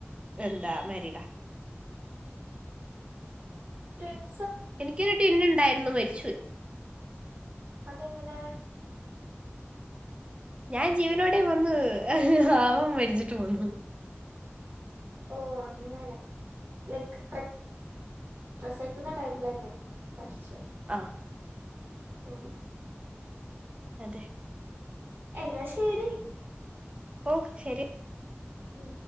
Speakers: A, on the right (about 25°); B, on the right (about 50°).
A: എന്താ മരിഡാ
B: പിന്നെ
A: എനിക്കൊരു ടിന്നുണ്ടായിരുന്നു മരിച്ചു പോയി
B: അതെങ്ങനെ
A: ഞാൻ ജീവനോടെ വന്ന് ആവം മരിച്ചിട്ട് വന്നു
B: ഓ അങ്ങനെ ലൈക്ക് പ്രസവിക്കുന്ന ടൈമിൽ തന്നെ പഠിച്ചു
A: ആഹ്
B: ഓ
A: അതെ
B: എന്നാ ശരി
A: ഓ ശരി
B: മ്